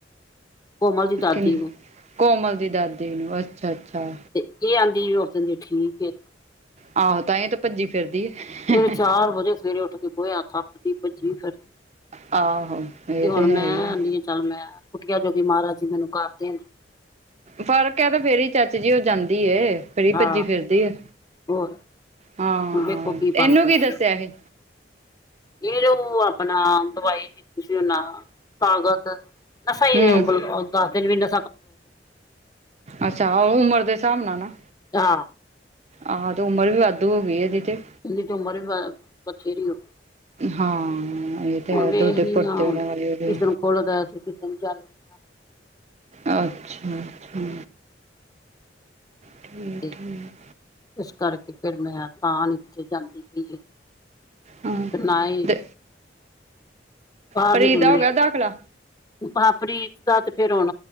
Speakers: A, on the left; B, on the right.
A: ਕੋਮਲ ਦੀ ਦਾਦੀ
B: ਕਿੰਨ
A: ਨੂੰ।
B: ਕੋਮਲ ਦੀ ਦਾਦੀ ਨੂੰ, ਅੱਛਾ-ਅੱਛਾ।
A: ਤੇ ਇਹ ਆਂਦੀ, ਓਦਣ ਦੀ ਠੀਕ ਏ।
B: ਆਹੋ ਤਾਂਹੀ ਤਾਂ ਭੱਜੀ ਫਿਰਦੀ ਹੈ।
A: ਵੇਰੇ ਚਾਰ ਵਜੇ ਸਵੇਰੇ ਉੱਠਕੇ ਗੋਹਿਆ ਥਪਦੀ, ਭੱਜੀ ਫਿਰ
B: ਆਹੋ ਇਹ
A: ਤੇ ਹੁਣ
B: ਹੈ
A: ਮੈਂ
B: ਹੀ ਹੈ।
A: ਆਨੀ ਆ ਚੱਲ ਮੈਂ, ਕੁੱਟੀਆ ਜੋਗੀ ਮਹਾਰਾਜ ਜੀ, ਮੈਨੂੰ ਕਰ ਦੇਣ।
B: ਫਰਕ ਐ ਤੇ ਫੇਰ ਈ ਚਾਚੀ ਜੀ, ਉਹ ਜਾਂਦੀ ਐ। ਫਿਰੀ
A: ਹਾਂ
B: ਭੱਜੀ ਫਿਰਦੀ ਆ,
A: ਹੋਰ
B: ਹਾਂ,
A: ਹੁਣ ਵੇਖੋ
B: ਇਹਨੂੰ
A: ਬਣਦਾ
B: ਕੀ ਦੱਸਿਆ ਸੀ?
A: ਇਹ ਜੋ ਅਪਣਾ, ਦਵਾਈ ਦਿੱਤੀ ਸੀ ਉਹਨਾਂ, ਤਾਕਤ ਮਸਾ ਹੀ
B: ਹੂੰ
A: ਉਹ ਗੱਲ, ਦੱਸ ਦਿਨ ਵੀ ਨਾ
B: ਅੱਛਾ, ਉਹ ਉਮਰ ਦੇ ਸ੍ਹਾਬ ਨਾਲ ਨਾ।
A: ਹਾ।
B: ਆਹੋ ਤੇ, ਉਮਰ ਵੀ ਵਾਧੂ ਹੋ ਗਈ ਆ, ਇਹਦੀ ਤੇ।
A: ਇਹਦੀ ਤੇ, ਉਮਰ ਵੀ ਬਥੇਰੀ ਉਹ
B: ਹਾਂ ਹੈ ਤੇ
A: ਵੇਖਦੀ
B: ਓਦੇ ਭੱਟੇ
A: ਹਾਂ ਹੁਣ
B: ਨਾ
A: ਕਿਸ
B: ਈ ਓਦੇ।
A: ਦਿਨ ਖੁੱਲਦਾ ਤੇ ਕਿਸ ਦਿਨ ਜਾਂਦੀ ਆ
B: ਅੱਛਾ-ਅੱਛਾ। ਠੀਕ-ਠੀਕ।
A: ਤੇ ਇਸ ਕਰਕੇ ਫੇਰ ਮੈਂ ਤਾਂ ਨੀਂ ਨੀਚੇ ਜਾਂਦੀ ਪੀ ਸੀ।
B: ਹਾਂ
A: ਤੇ ਨਾ ਈ,
B: ਤੇ
A: ਬਾਰ
B: ਪ੍ਰੀਤ
A: ਨਿਕਲਣ
B: ਦਾ ਹੋ ਗਿਆ ਦਾਖਲਾ
A: ਪਰ ਅਪਨੀ ਪ੍ਰੀਤ ਦਾ ਤੇ ਫੇਰ ਹੋਨ